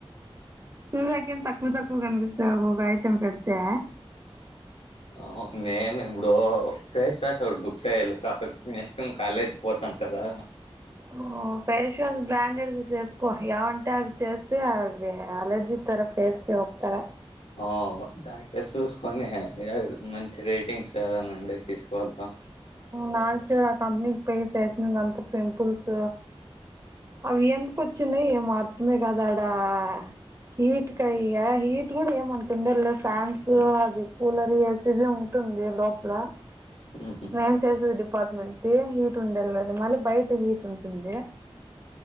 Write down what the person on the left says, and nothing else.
ఆ నేను ఇప్పుడు ఫేస్ వాష్ ఒకటి బుక్ చేయాలి నెక్స్ట్ టైమ్ కాలేజ్ పోతాం కదా
ఓ జాకెట్స్ చూసుకొని మంచి రేటింగ్స్ ఏదనాఉంటే తీసుకోవాల
హమ్